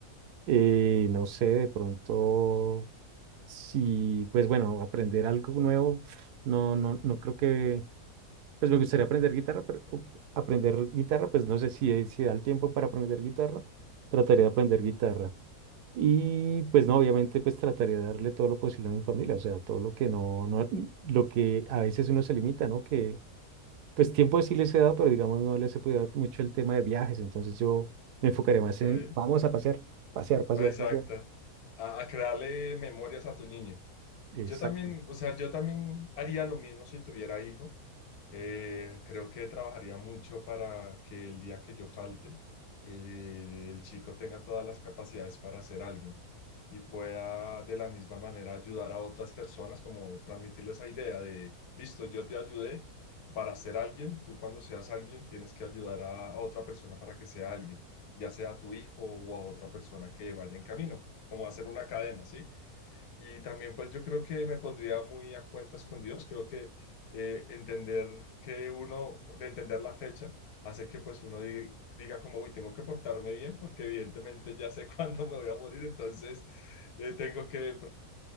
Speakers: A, on the right; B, on the left.
A: Eh, no sé, de pronto Sí, pues bueno, aprender algo nuevo, no, no, no creo que, pues me gustaría aprender guitarra, pero uh, aprender guitarra, pues no sé si, eh, si da el tiempo para aprender guitarra, trataría de aprender guitarra. Y pues no, obviamente pues trataría de darle todo lo posible a mi familia, o sea, todo lo que no, no, lo que a veces uno se limita, ¿no? Que pues tiempo sí les he dado, pero digamos no les he podido dar mucho el tema de viajes, entonces yo me enfocaré más
B: ok.
A: en, vamos a pasear, pasear, pasear,
B: Exacto.
A: pasear.
B: A, a crearle memorias a tu niño.
A: Exacto.
B: Yo también, o sea, yo también haría lo mismo si tuviera hijo. Eh, creo que trabajaría mucho para que el día que yo falte, eh, el chico tenga todas las capacidades para ser alguien y pueda de la misma manera ayudar a otras personas, como transmitirles esa idea de, listo, yo te ayudé para ser alguien, tú cuando seas alguien tienes que ayudar a, a otra persona para que sea alguien, ya sea a tu hijo o a otra persona que vaya en camino, como hacer una cadena, ¿sí? Y también pues yo creo que me pondría muy a cuentas con Dios. Creo que eh, entender que uno, de entender la fecha, hace que pues uno diga, diga como, uy, tengo que portarme bien porque evidentemente ya sé <laughs> cuándo me voy a morir, entonces eh, tengo que pues